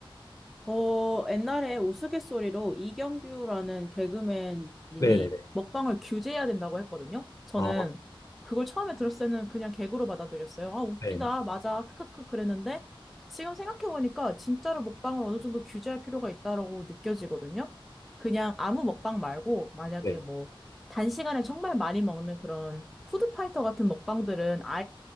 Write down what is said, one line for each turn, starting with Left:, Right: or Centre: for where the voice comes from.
Centre: 어, 옛날에 우스갯소리로 이경규라는 개그맨 님이
Left: 네네네.
Centre: 먹방을 규제해야 된다고 했거든요. 저는
Left: 아,
Centre: 그걸 처음에 들었을 때는 그냥 개그로 받아들였어요. 아, 웃기다.
Left: 네,
Centre: 맞아. 크크크 그랬는데 지금 생각해보니까 진짜로 먹방을 어느 정도 규제할 필요가 있다라고 느껴지거든요. 그냥 아무 먹방 말고 만약에
Left: 네.
Centre: 뭐 단시간에 정말 많이 먹는 그런 푸드파이터 같은 먹방들은